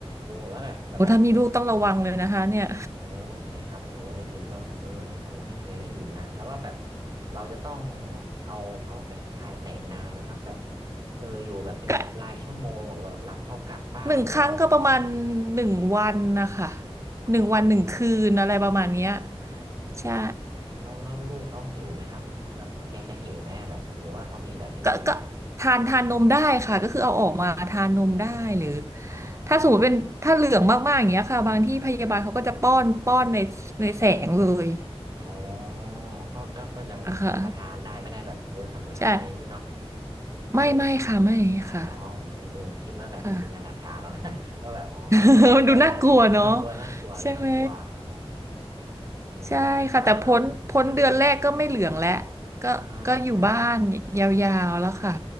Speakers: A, on the right; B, on the right.
A: แล้วแบบแล้วแบบ
B: โอ้ถ้ามีลูกต้องระวังเลยนะคะเนี่ย
A: โอ้ใช่ครับเนี่ยโอ้ได้ยินต้องเออนี่ผมก็ไม่เคยได้ยินนะแล้วว่าแบบเราจะต้องเอาเขาไปฉายแสงนานไหมครับแบบเอออยู่แบบเป็นรายชั่วโมงหรือว่ารับเขากลับบ้านหรือเรา
B: ก็หนึ่งครั้งก็ประมาณหนึ่งวันนะคะ
A: อ๋อโอ้
B: หนึ่งวันหนึ่งคืนอะไรประมาณเนี้ย
A: อ๋อ
B: ใช่
A: แล้วแล้วลูกเขาหิวไหมครับแล้วเขาแกจะหิวไหมแบบหรือว่าเขามีแบบวิธีแบบ
B: ก็ก็ทานทานนมได้ค่ะก็คือเอาออกมาทานนมได้หรือ
A: อ๋อ
B: ถ้าสมมติเป็นถ้าเหลืองมากๆอย่างเงี้ยค่ะบางที่พยาบาลเขาก็จะป้อนป้อนในในแสงเลย
A: อ๋ออ๋ออ๋อก็ก็ก็ยังรับประทานได้ไม่ได้แบบเออสำลักอะไรอย่างงี้เนาะ
B: อะค่ะใช่ไม่ไม่ค่ะไม่ค่ะ
A: เอออ๋อผมเห็นเออผมคิดว่าแบบจินตนาการแล้ว
B: ค่ะ
A: <laughs> นะว่าแบบอ๋อแบบกลัวยาแบบอ้าวกลัวน่ากลัวดูน่ากลัวอ๋อ
B: <laughs> มันดูน่ากลัวเนาะใช่ไหม
A: อืมแล้วแล้วครับ
B: ใช่ค่ะแต่พ้นพ้นเดือนแรกก็ไม่เหลืองแล้วก็ก็อยู่บ้านยาวๆแล้วค่ะ
A: อ๋อ